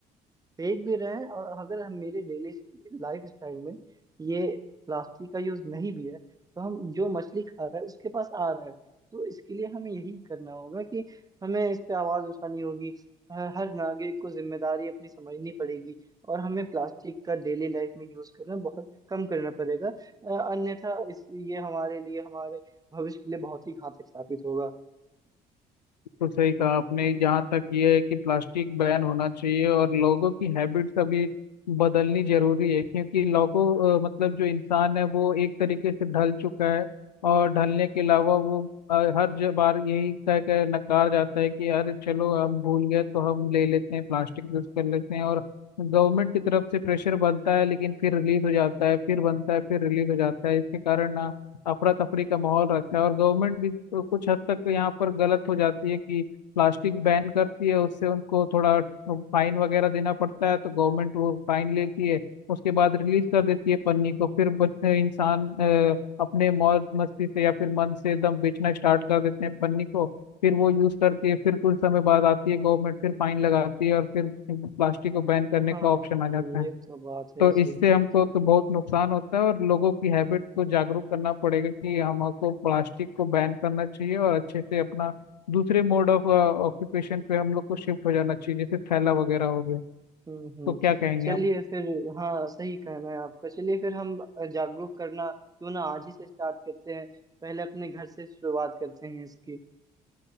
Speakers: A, on the right (about 15°); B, on the left (about 80°).
A: फेंक भी रहे हैं और अगर हम मेरे डेली लाइफ स्टाइल में ये प्लास्टिक का यूज नहीं भी है तो हम जो मछली खा रहे हैं उसके पास आ रहा है तो इसके लिए हमें यही करना होगा कि हमें इस पे आवाज उठानी होगी हर हर नागरिक को जिम्मेदारी अपनी समझनी पड़ेगी और हमें प्लास्टिक का डेली लाइफ में यूज करना बहुत कम करना पड़ेगा अ, अन्यथा इस ये हमारे लिए हमारे भविष्य के लिए बहुत ही घातक साबित होगा
B: तो सही कहा आपने जहाँ तक ये है कि प्लास्टिक बैन होना चाहिए और लोगों की हैबिट्स अभी बदलनी जरूरी है क्योंकि लोगों अ, मतलब जो इंसान है वो एक तरीके से ढल चुका है और ढलने के अलावा वो अ, हर ज- बार यही कह कर नकार जाता है कि अरे चलो हम भूल गए तो हम ले लेते हैं प्लास्टिक यूज कर लेते हैं और गवर्नमेंट की तरफ से प्रेशर बनता है लेकिन फिर रिलीज हो जाता है फिर बनता है फिर रिलीज हो जाता है इसके कारण ना अफरा तफरी का माहौल रहता है और गवर्नमेंट भी तो कुछ हद तक तो यहाँ पर गलत हो जाती है कि प्लास्टिक बैन करती है उससे उनको थोड़ा फाइन वगैरह देना पड़ता है तो गवर्नमेंट वो फाइन लेती है उसके बाद रिलीज कर देती है पन्नी को फिर बच्चे इंसान अ, अपने मौज मस्ती से या फिर मन से एकदम बेचना स्टार्ट कर देते हैं पन्नी को फिर वो यूज करती है फिर कुछ समय बाद आती है गवर्नमेंट फिर फाइन लगाती है और फिर प्लास्टिक को बैन करने
A: हाँ
B: का ऑप्शन
A: हाँ
B: आ जाता है
A: ये तो बात है
B: तो
A: सही
B: इससे
A: बात
B: हमको
A: है
B: तो बहुत नुकसान होता है और लोगों की हैबिट को जागरूक करना पड़ेगा कि हमको प्लास्टिक को बैन करना चाहिए और अच्छे से अपना दूसरे मोड ऑफ ऑक्यूपेशन पे हम लोग को शिफ्ट हो जाना चाहिए जैसे थैला वगैरह हो गया
A: हम्म हम्म
B: तो क्या कहेंगे
A: चलिए
B: आप
A: फिर हाँ सही कहना है आपका चलिए फिर हम जागरूक करना क्यों ना आज ही से स्टार्ट करते हैं पहले अपने घर से शुरुआत करते हैं इसकी